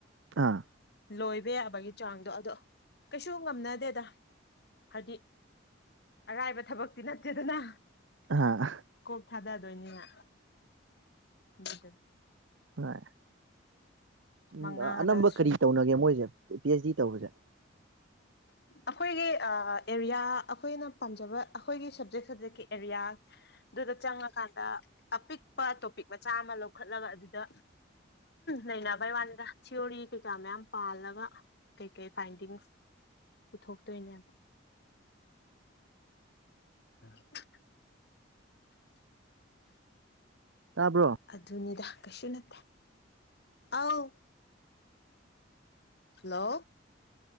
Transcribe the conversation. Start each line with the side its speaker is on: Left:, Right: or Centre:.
Right: ꯑꯥ
Left: ꯂꯣꯏꯕ ꯌꯥꯕꯒꯤ ꯆꯥꯡꯗꯣ ꯑꯗꯣ ꯀꯩꯁꯨ ꯉꯝꯅꯗꯦꯗ ꯍꯥꯏꯗꯤ ꯑꯔꯥꯏꯕ ꯊꯕꯛꯇꯤ ꯅꯠꯇꯦꯗꯅ
Right: ꯑꯥ
Left: ꯀꯣꯛ ꯊꯥꯗꯗꯣꯏꯅꯤꯅ <unintelligible>
Right: ꯍꯣꯏ ꯎꯝ
Left: ꯃꯉꯥꯗꯁꯨ
Right: ꯑꯅꯝꯕ ꯀꯔꯤ ꯇꯧꯅꯒꯦ ꯃꯣꯏꯖꯦ ꯄꯤ ꯑꯩꯆ ꯗꯤ ꯇꯧꯕꯁꯦ
Left: ꯑꯈꯣꯏꯒꯤ ꯑꯥ ꯑꯦꯔꯤꯌꯥ ꯑꯈꯣꯏꯅ ꯄꯥꯝꯖꯕ ꯑꯈꯣꯏꯒꯤ ꯁꯕꯖꯦꯛ ꯁꯕꯖꯦꯛꯀꯤ ꯑꯦꯔꯤꯌꯥ ꯑꯗꯨꯗ ꯆꯪꯉꯀꯥꯟꯗ ꯑꯄꯤꯛꯄ ꯇꯣꯄꯤꯛ ꯃꯆꯥ ꯑꯃ ꯂꯧꯈꯠꯂꯒ ꯑꯗꯨꯗ ꯅꯩꯅꯕꯩ ꯋꯥꯅꯤꯗ ꯊꯤꯑꯣꯔꯤ ꯀꯩꯀꯥ ꯃꯌꯥꯝ ꯄꯥꯜꯂꯒ ꯀꯩ ꯀꯩ ꯐꯥꯏꯟꯗꯤꯡꯁ ꯄꯨꯊꯣꯛꯇꯣꯏꯅꯦꯕ <unintelligible>
Right: ꯇꯥꯕ꯭ꯔꯣ
Left: ꯑꯗꯨꯅꯤꯗ ꯀꯩꯁꯨ ꯅꯠꯇꯦ ꯑꯥꯎ ꯂꯣ